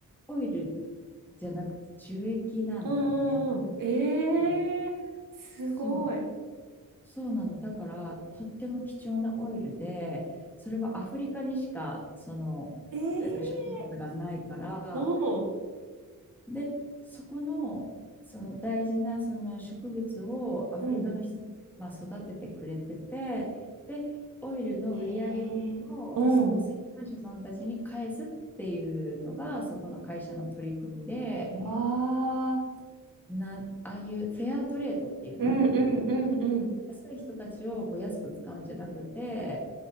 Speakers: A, in the centre; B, on the right (about 75°).
A: オイルじゃなくて樹液なんだよね。
B: うんうんうん。ええー、
A: うん
B: すごい。
A: そう、そうなの。だから、とっても貴重なオイルで、それはアフリカにしか、その、
B: ええ
A: なんか植物がないから、
B: ー、うん。
A: で、そこの、その大事なその植物をアフリカの人たちが、
B: うん。
A: まあ、育ててくれてて、で、オイルの売上金をその生産者さんたちに返すっていうのが、
B: へえ。うん。
A: そこの会社の取り組みで、
B: わあ。
A: な、ああいうフェアトレードっていうの
B: うんうんうんうん
A: 安い人たちをこう安く使うんじゃなくて、